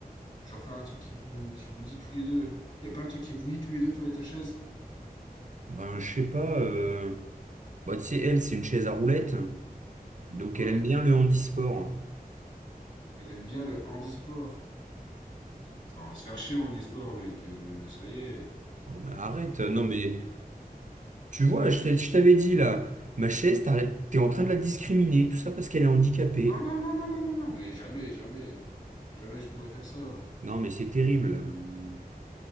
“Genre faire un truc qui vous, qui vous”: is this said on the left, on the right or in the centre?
Left